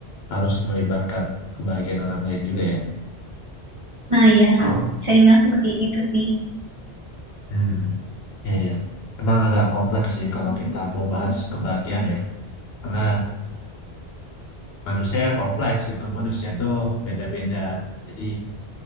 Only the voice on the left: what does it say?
harus melibatkan kebahagiaan orang lain juga ya.
Hmm, ya, ya. Emang agak kompleks sih kalau kita mau bahas kebahagiaan ya. Karena manusia kompleks itu manusia tuh beda-beda. Jadi